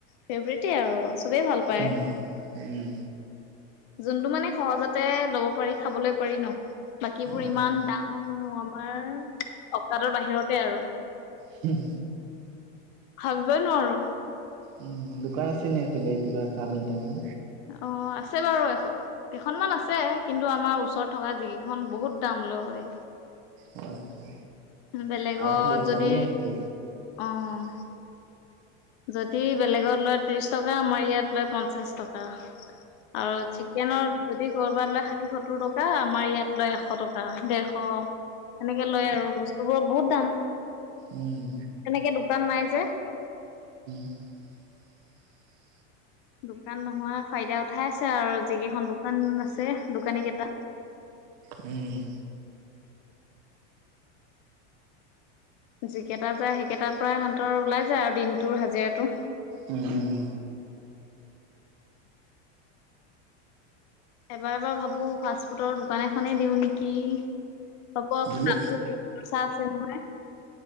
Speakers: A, on the left; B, on the right.
A: ফেভৰেটেই আৰু চবেই ভাল পায়।
B: উম, উম,
A: যোনটো মানে সহজতে ল'ব পাৰি খাবলৈ পাৰি ন' বাকীবোৰ
B: উম,
A: ইমান দাম আমাৰ অকাদৰ বাহিৰতে আৰু
B: হম
A: <inaudible> ভাবিবই নোৱাৰো।
B: উম, দোকান আছে নে এইফেলে কিবা চাওমিন তাওমিন?
A: অ', আছে বাৰু এখ কেইখনমান আছে কিন্তু আমাৰ ওচৰত থকা জিকিখন বহুত দাম লয়।
B: অ আচ্ছা।
A: বেলেগত
B: আমাৰ ফালে এখনেই
A: যদি
B: আছে।
A: অহ যদি তি বেলেগত লয় ত্ৰিছ টকা আমাৰ ইয়াত লয় পঞ্চাছ টকা। আৰু চিকেনৰ যদি কৰ'বাত লয় ষাঠি, সত্তৰ টকা আমাৰ ইয়াত লয় এশ টকা, দেৰশ অহ, সেনেকে লয় আৰু বস্তু হব বহুত দাম
B: উম,
A: তেনেকে দোকান নাই যে।
B: <inaudible>
A: দোকান নোহোৱা ফাইদা উঠাই আছে আৰু যিকেইখন দোকান আছে দোকানী কেইটা।
B: উম।
A: যিকেইটা যায় সেইকেইটাৰ পৰাই ইহঁতৰ ওলাই যায় আৰু দিনটোৰ হাজিৰাটো।
B: উম, উম।
A: এবাৰ এবাৰ ভাবো ফাষ্ট ফুডৰ দোকান এখনেই দিওঁ নেকি! হ'ব
B: দিলে
A: তাতো বহুত খৰছা আছে নহয়।